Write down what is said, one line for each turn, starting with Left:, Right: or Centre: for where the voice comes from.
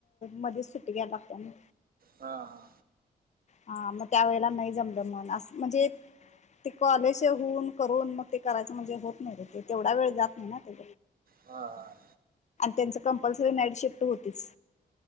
Left: मध्ये सुट घ बापांने
Right: हा हा
Left: हा मग त्या वेळेला नाही जमलं म्हण अस म्हणजे ते कॉलेज होऊन करून मग ते करायचं म्हणजे होत नाही र ते तेवढा वेळ जात नाही ना ते
Right: हा हा
Left: त्यां कंपल्सरी नाईट शिफ्ट होतीच